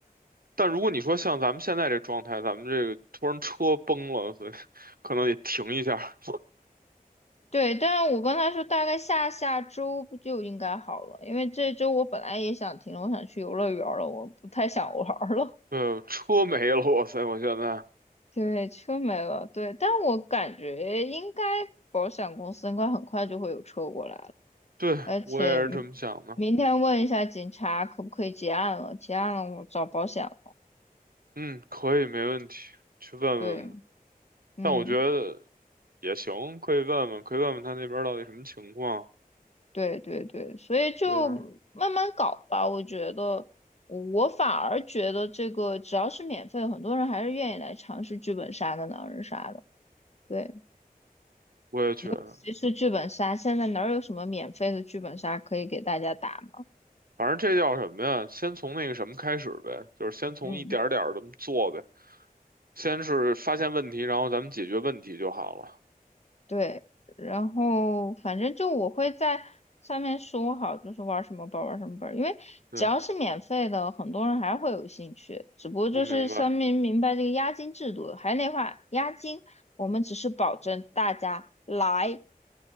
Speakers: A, on the right; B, on the left.
A: 但如果你说像咱们现在这状态，咱们这个突然车崩了，所以 <laughs> 可能得停一下。
B: 对，但是我跟他说大概下下周不就应该好了，因为这周我本来也想停了，我想去游乐园了，我不太想玩儿了。
A: 呃，车没了，哇塞，我现在。
B: <laughs> 对，车没了，对，但我感觉应该保险公司应该很快就会有车过来了，
A: 对，
B: 而且明明天问一下警察可不可以结案了，
A: 我也是这么想的。
B: 结案了我找保险了。
A: 嗯，可以，没问题，去问问吧。
B: 对，嗯。
A: 但我觉得也行，可以问问，可以问问他那边儿到底什么情况。
B: 对对对，所以就慢慢搞吧。
A: 对，
B: 我觉得，我反而觉得这个只要是免费的，很多人还是愿意来尝试剧本杀的、狼人杀的。对，
A: 我也觉得，
B: 其实剧本杀现在哪儿有什么免费的剧本杀可以给大家打嘛？
A: 反正这叫什么呀？先从那个什么开始呗，就是先从一点儿点儿这么做呗。
B: 嗯。
A: 先是发现问题，然后咱们解决问题就好了。
B: 对，然后反正就我会在上面说好，就是玩什么本儿玩什么本儿因为只要是免费的，
A: 对，
B: 很多人还是会有兴趣。只不过就是上面明白这个押金制度，
A: 我明白，
B: 还是那话，押金我们只是保证大家来，